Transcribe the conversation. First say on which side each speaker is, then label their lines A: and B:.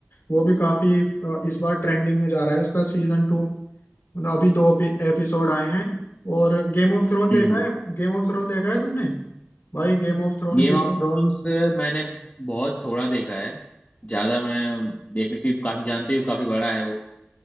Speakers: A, on the left; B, on the left.
A: वो भी काफी अ, इस बार ट्रेंडिंग में जा रहा है उसका सीजन टू मतलब अभी दो एपिसोड आए हैं और गेम ऑफ थ्रोन देखा
B: हम्म
A: है गेम ऑफ थ्रोन देखा है तुमने भाई गेम ऑफ थ्रोन
B: गेम
A: की
B: ऑफ थ्रोन्स मैंने बहुत थोड़ा देखा है ज्यादा मैं देखने की काफी जानते हो काफी बड़ा है वो